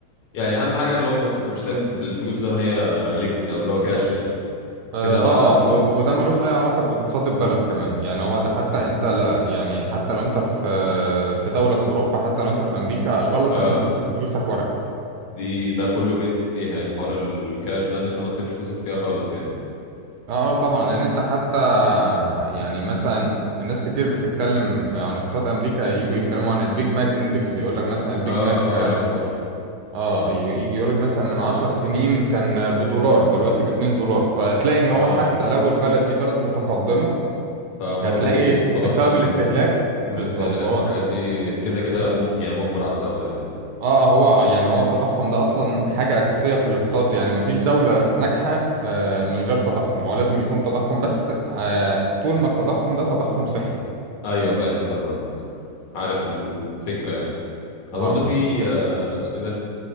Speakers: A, on the left (about 75°); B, on the right (about 70°).
A: يعني اهم حاجة اللي هو ما ما كنتش سايب الفلوس زي ما هي ليكويد او اللي هو كاش يعني
B: اه
A: كده انا
B: اه آه، ود- وده ملوش اي علاقة باقتصاد البلد كمان يعني هو ده حتى انت لا يعني حتى لو انت في آه، في دولة في اوروبا حتى لو انت في امريكا غلط
A: اه
B: ان انت تسيب فلوسك ورق
A: دي ده كله بينصح بيها يعني حوار الكاش ده ان انت ما تسيبش فلوسك فيها خالص يعني
B: اه آه طبعا لان انت حتى يعني مثلا الناس كتير بتتكلم عن اقتصاد امريكا يجوا يتكلموا عن البيج ماك اندكس يقول لك مثلا البيج
A: اه
B: ماك
A: آه، عارفها طبعا
B: اه ي- يجي يقول لك مثلا من عشر سنين كان بدولار دلوقتي باتنين دولار فتلاقي ان
A: اه
B: هو حتى لو البلد دي بلد متقدمة
A: فبرضو
B: هتلاقي
A: التضخم
B: بسبب الاستهلاك بالظبط
A: والاستهلاك
B: هو
A: والحاجات دي كده كده م- يعني مجبر على الدولة يعني
B: اه اه، هو يعني هو التضخم ده اصلا حاجة اساسية في الاقتصاد يعني مفيش دولة ناجحة آه، من غير تضخم هو لازم يكون تضخم بس آه، طول ما التضخم ده تضخم صحي
A: ايوه فاهم فاهم قصدك عارف الفكرة يعني انا
B: اه
A: برضو في آه، اسمه إيه ده